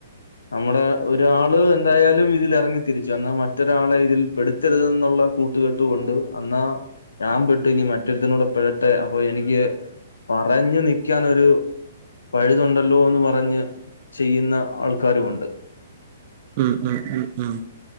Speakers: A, on the left; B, on the right.
A: നമ്മുടെ ഒരാള് എന്തായാലും ഇതില് ഇറങ്ങി തിരിച്ചു എന്നാൽ മറ്റൊരാളെ ഇതിൽ പെടുത്തരുത് എന്നുള്ള കൂട്ടുകെട്ടും ഉണ്ട് അന്നാ ഞാൻ പെട്ടു ഇനി മറ്റൊരുത്തനൂടെ പെടട്ടെ അപ്പൊ എനിക്ക് പറഞ്ഞു നിക്കാൻ ഒരു പഴുതുണ്ടല്ലോ എന്ന് പറഞ്ഞ് ചെയ്യുന്ന ആൾക്കാരുമുണ്ട്
B: ഉം ഉം ഉം ഉം